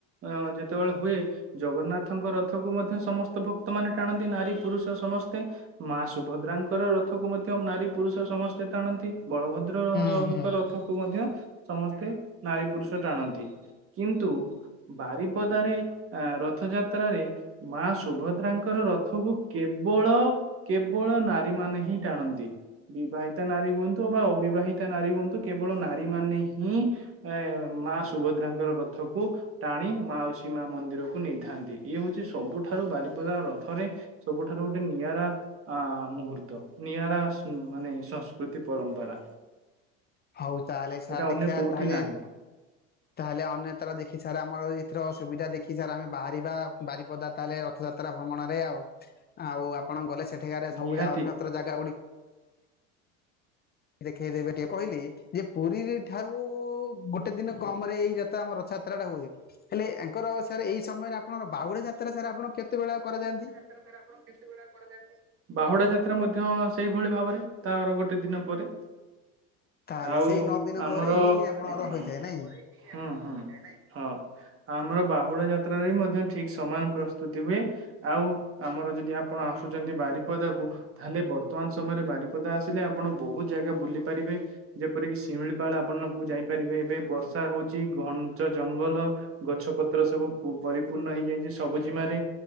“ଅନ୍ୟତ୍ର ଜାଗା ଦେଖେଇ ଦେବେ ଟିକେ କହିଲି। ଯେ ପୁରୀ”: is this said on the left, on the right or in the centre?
Left